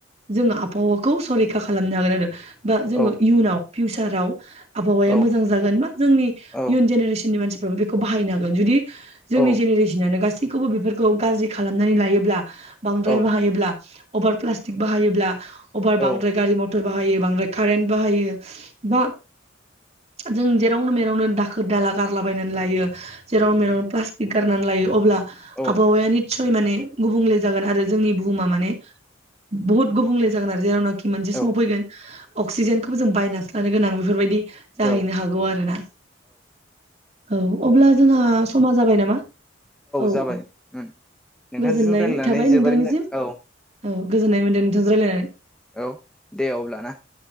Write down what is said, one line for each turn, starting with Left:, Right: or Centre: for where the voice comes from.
Right: जोङो आबहावाखौ संरैखा खालामनो हागोन आरो बा जोङो
Centre: औ
Right: इयुनाव फिउचाराव आबहावाया
Centre: औ
Right: मोजां जागोन बा जोंनि
Centre: औ
Right: इयुन जेनेरेसननि मानसि बेखौ बाहायनो हागोन जुदि जोंनि
Centre: औ
Right: जेनेरेसनानो गासै खौबो बेफोरखौ गाज्रि खालामनानै लायोब्ला बांद्राय
Centre: औ
Right: बाहायोब्ला अभार प्लास्टिक बाहायोब्ला अभार बांद्राय
Centre: औ
Right: गारि म टर बाहायो बांद्राय कारेन्ट बाहायो बा जों जेरावनो मेरावनो दाखोर दाला गारलाबायनानै लायो। जेराव मेरावनो प्लास्टिक गारनानै लायो अब्ला
Centre: औ
Right: आबहावाया निस्सय माने गुबुंले जागोन आरो जोंनि बुहुमा माने बहुत गुबुंले जागोन आरो जेरावनो खि मोनसे समाव
Centre: औ
Right: फैगोन अक्सिजेनखौबो जों बायनासो लानो गोनां बेफोरबायदि जाहैनो
Centre: औ
Right: हागौ आरोना औ अब्ला जोंहा समा जाबाय नामा औ
Centre: जाबाय
Right: औ
Centre: उम नोंथांजों
Right: गोजोननाय
Centre: रायलायनानै
Right: थाबाय
Centre: जोबोरैनो
Right: नोंथांनिसिम
Centre: औ
Right: औ गोजोननाय मोनदों नोंथांजों राय्लायनानै
Centre: औ दे अब्ला ना